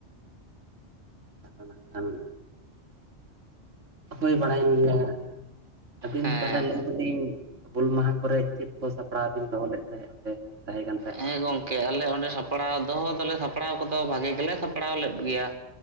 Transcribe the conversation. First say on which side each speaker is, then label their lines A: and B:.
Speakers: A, on the right; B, on the right.
A: ᱟᱫᱚ ᱱᱟᱜ ᱠᱷᱟᱱ ᱚᱠᱚᱭ ᱵᱟᱲᱟᱭᱮᱱ ᱜᱮᱭᱟ ᱟᱹᱵᱤᱱ
B: ᱦᱮᱸ
A: ᱛᱟᱦᱚᱞᱮ ᱞᱟᱹᱭ ᱫᱟᱞᱤᱧ ᱦᱩᱞ ᱢᱟᱦᱟ ᱠᱚᱨᱮ ᱪᱮᱫ ᱠᱚ ᱥᱟᱯᱲᱟᱣ ᱵᱤᱱ ᱫᱚᱦᱚ ᱞᱮᱫ? ᱛᱟᱦᱮᱸᱫ ᱚᱸᱰᱮ ᱛᱟᱦᱮᱸ ᱠᱟᱱ ᱛᱟᱦᱮᱸᱫ
B: ᱦᱮᱸ
A: ᱟᱹᱵᱤᱱ
B: ᱜᱚᱝᱠᱮ
A: ᱴᱷᱮᱱ
B: ᱟᱞᱮ ᱚᱸᱰᱮ ᱥᱟᱯ ᱥᱟᱯᱲᱟᱣ ᱫᱚᱦᱚ ᱫᱚᱞᱮ ᱥᱟᱯᱲᱟᱣ ᱠᱚᱫᱚ ᱵᱷᱟᱜᱮ ᱜᱮᱞᱮ ᱥᱟᱯᱲᱟᱣ ᱞᱮᱫ ᱜᱮᱭᱟ